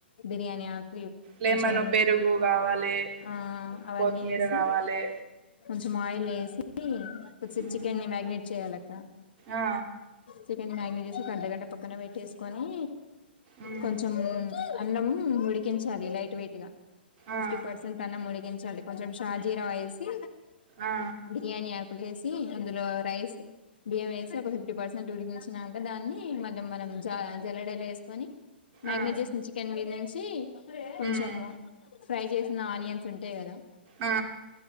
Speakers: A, on the left; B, on the right.
A: బిర్యానీ ఆకు
B: లెమన్
A: కొంచెం
B: పెరుగు కావాలి
A: ఆ అవన్నీ
B: కొత్తిమీర
A: ఏసి
B: కావాలి
A: కొంచెం ఆయిల్ ఏసి ఉమ్ కొద్దిసేప్
B: మ్మ్
A: చికెన్ని మ్యాగ్నేట్ చెయ్యాలి అక్క
B: ఆ
A: చికెన్ని మ్యాగ్నెట్ చేసి ఒక అర్ధగంట పక్కన పెట్టేసుకొని
B: మ్మ్
A: కొంచం అన్నం ఉడికించాలి లైట్ వెయిట్ గా ఫిఫ్టీ
B: ఆ
A: పర్సెంట్ అన్నం ఉడికించా లి కొంచెం షార్ జీరా వేసి
B: ఆ
A: బిరియాని ఆకు వేసి అందులో రైస్ బియ్యం వేసి ఒక ఫిఫ్టీ పర్సెంట్ ఉడికించినక దాన్ని మ మనం జ జల్లడల ఏసుకొని మ్యాగ్నేట్
B: ఆ
A: చేసిన చికెన్ మీదినుంచి కొంచెం
B: మ్మ్
A: ఫ్రై చేసి నా ఆనియన్స్ ఉంటాయి కదా
B: ఆ